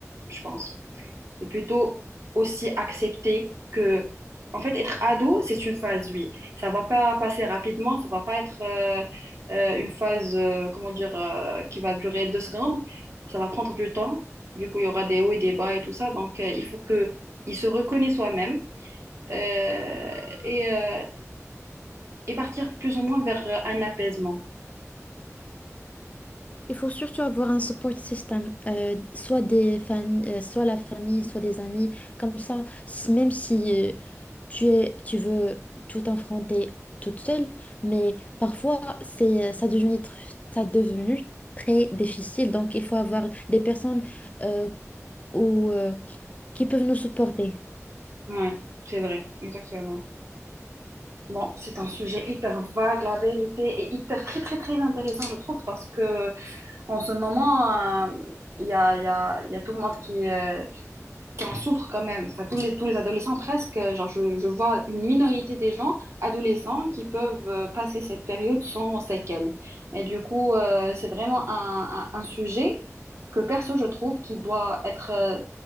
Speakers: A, on the right; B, on the left.
A: je pense. Et plutôt aussi accepter que, en fait, être ado, c'est une phase, oui. Ça va pas passer rapidement, ça va pas être euh, euh, une phase, euh, comment dire, euh, qui va durer deux secondes. Ça va prendre du temps. Du coup, il y aura des hauts et des bas et tout ça. Donc, euh, il faut que il se reconnaisse soi-même euh, et, euh, et partir plus ou moins vers euh, un apaisement.
B: Il faut surtout avoir un support system, euh, soit des familles, euh, soit la famille, soit des amis. Comme ça, s- même si euh, tu es, tu veux tout affronter toute seule, mais parfois c'est, euh, ça devenu, tr- ça devenu très difficile. Donc, il faut avoir des personnes euh, ou, euh, qui peuvent nous supporter.
A: Ouais, c'est vrai, exactement. Bon, c'est un sujet hyper vague, la vérité, et hyper très très très intéressant, je trouve, parce que En ce moment, euh, il y a, il y a- il y a tout le monde qui, euh, qui en souffre quand même. Enfin, tous les, tous les adolescents presque. euh, Genre, je, je vois une minorité des gens, adolescents, qui peuvent euh, passer cette période sans séquelles. Et du coup, euh, c'est vraiment un, un- un sujet que perso, je trouve, qui doit être euh,